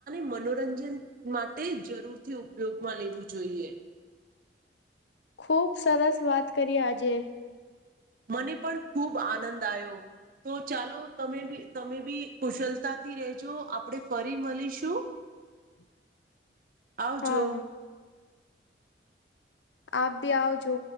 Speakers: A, on the right; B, on the left.
A: મનોરંજન માટે જરૂરથી ઉપયોગમાં લેવું જોઈએ.
B: ખૂબ સરસ વાત કરી આજે.
A: મને પણ ખૂબ આનંદ આયો. તો ચાલો તમે બી તમે બી કુશલતાથી રેજો આપણેે ફરી મળીશું.
B: <inaudible>
A: આવજો,
B: હા આપ ભી આઓ જો,